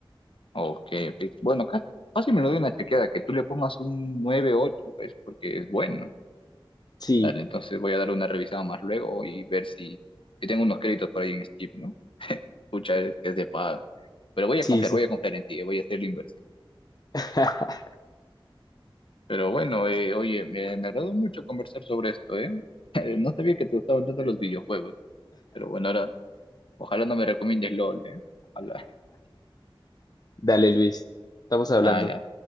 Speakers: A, on the left (about 70°); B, on the left (about 45°).
A: Ok, ok. Bueno, ca- casi me lo doy una chequeada, que tú le pongas un nueve ocho es porque es bueno.
B: Sí,
A: Dale, entonces voy a dar una revisada más luego y ver si, si tengo unos créditos por ahí en Steam, ¿no? <laughs> Pucha, es que es de paga. Pero voy a
B: sí,
A: confiar,
B: sí.
A: voy a confiar en ti, eh, voy a hacer la inversión.
B: <laughs>
A: Pero bueno, eh, oye, me, me agradó mucho conversar sobre esto, ¿eh? <laughs> No sabía que te gustaban tanto los videojuegos, pero bueno, ahora Ojalá no me recomiendes LOL, ¿eh? Ojalá.
B: Dale, Luis, estamos hablando.
A: Ala.